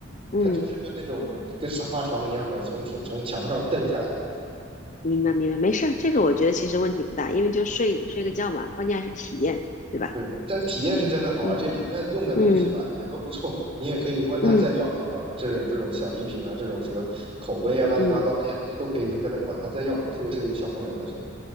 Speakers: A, on the left; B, on the right.
A: 嗯。
B: 它就是个那种跟沙发床一样的，从从从墙上蹬下来的。
A: 明白明白，没事儿，这个我觉得其实问题不大，因为就睡睡个觉嘛，关键还是体验，对吧？
B: 对，但体验是真的好，
A: 嗯
B: 而且里面用的东西吧也都不错。
A: 嗯
B: 你也可以问他再要一套，
A: 嗯
B: 这这种小礼品啊，这种什么口碑啊，乱七八糟这些东西都可以跟他管他再要，
A: 嗯，
B: 特别是有小朋友的时候。